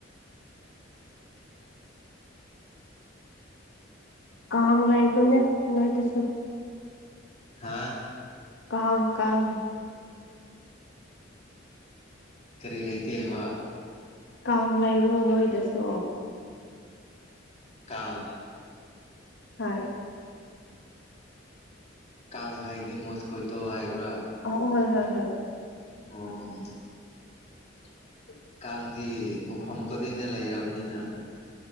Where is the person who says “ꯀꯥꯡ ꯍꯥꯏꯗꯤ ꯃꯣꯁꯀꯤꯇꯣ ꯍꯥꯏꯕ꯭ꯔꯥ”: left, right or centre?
Left